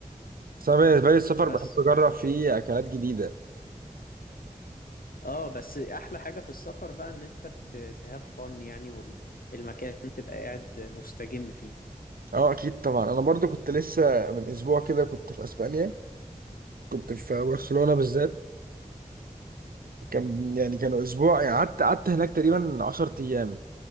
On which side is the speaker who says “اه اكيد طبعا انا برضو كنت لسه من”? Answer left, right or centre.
Right